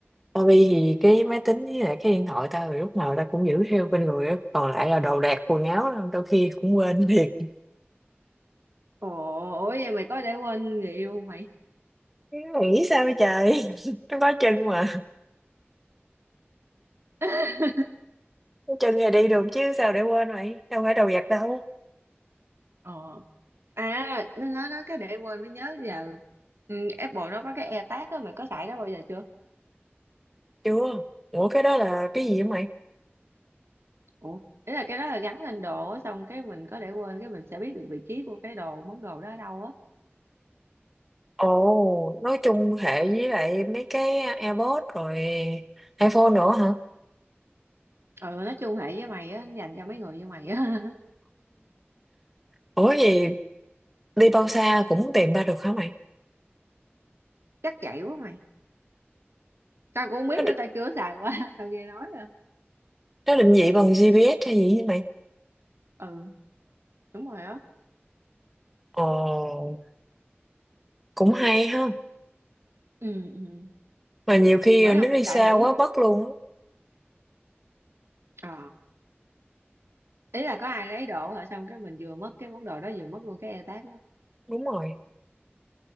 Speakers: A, in the centre; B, on the right.
A: tao đi thì cái máy tính với lại cái điện thoại tao thì lúc nào tao cũng giữ theo bên người á còn lại là đồ đạc quần áo là đôi khi cũng quên <laughs> thiệt
B: ồ ủa vậy mày có để quên người yêu mày
A: mày nghĩ sao vậy trời <laughs> nó có chân mà
B: <laughs>
A: có chân thì đi được chứ sao để quên mày đâu phải đồ vật đâu
B: Ờ, à nó nó nó cái để quên mới nhớ giờ ừ, Apple nó có cái AirTag đó mày có xài đó bao giờ chưa
A: chưa ủa cái đó là cái gì vậy mày
B: ủa, ý là cái đó là gắn lên đồ á xong cái mình có để quên cái mình sẽ biết được vị trí của cái đồ món đồ đó ở đâu á
A: ồ nói chung hệ với lại mấy cái AirPods rồi iPhone nữa hả
B: ừ nói chung hệ với mày á dành cho mấy người như mày á
A: Ủa gì đi bao xa cũng tìm ra được hả mày?
B: <laughs> chắc vậy quá mày tao cũng không biết
A: Nó, đ-
B: nữa tao chưa xài qua <laughs> tao nghe nói rồi
A: nó định vị bằng GPS hay gì vậy mày?
B: ừ đúng rồi á
A: Ồ, cũng hay ha.
B: ừ ừ
A: Mà nhiều khi
B: bữa nào
A: nó
B: mày
A: đi
B: xài
A: xa
B: thử
A: quá mất luôn á.
B: ờ ý là có ai lấy đồ hả xong cái mình vừa mất cái món đồ đó vừa mất luôn cái e tag đó
A: Đúng rồi.